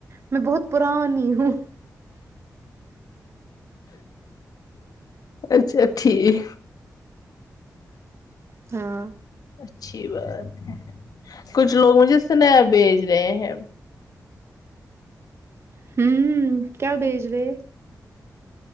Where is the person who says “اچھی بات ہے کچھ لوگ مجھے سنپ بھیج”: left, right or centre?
Left